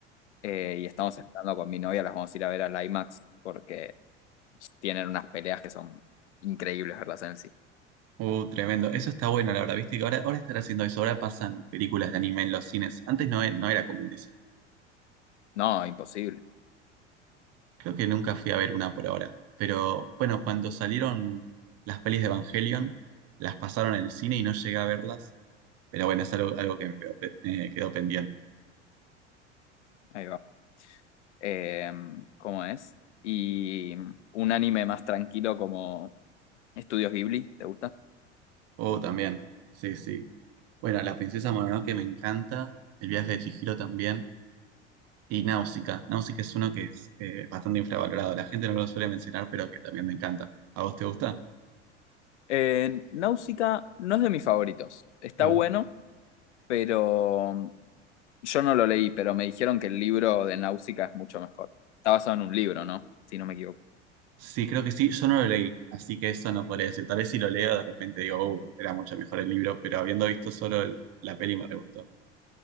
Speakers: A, on the left (about 70°); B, on the right (about 45°).
A: eh, y estamos esperando con mi novia, las vamos a ir a ver al IMAX porque tienen unas peleas que son increíbles verlas en el cine.
B: Uh, tremendo. Eso está bueno, la verdad. Viste que ahora, ahora están haciendo eso. Ahora pasan películas de anime en los cines. Antes no, e- no era común eso.
A: No, imposible.
B: Creo que nunca fui a ver una por ahora. Pero bueno, cuando salieron las pelis de Evangelion, las pasaron en el cine y no llegué a verlas. Pero bueno, es algo, algo que me quedó, pe- eh, quedó pendiente.
A: Ahí va. eh, ¿cómo es? Y un anime más tranquilo como Estudios Ghibli, ¿te gusta?
B: Oh, también. Sí, sí. Bueno, La Princesa Mononoke me encanta. El viaje de Chihiro también. Y Náusica. Náusica es uno que es eh, bastante infravalorado. La gente no lo suele mencionar, pero que también me encanta. ¿A vos te gusta?
A: Eh, Náusica no es de mis favoritos. Está
B: Mm.
A: bueno, pero yo no lo leí, pero me dijeron que el libro de Náusica es mucho mejor. Está basado en un libro, ¿no? Si no me equivoco.
B: Sí, creo que sí. Yo no lo leí, así que eso no podría decir. Tal vez si lo leo, de repente digo, uh, era mucho mejor el libro, pero habiendo visto solo el- la peli me re gustó.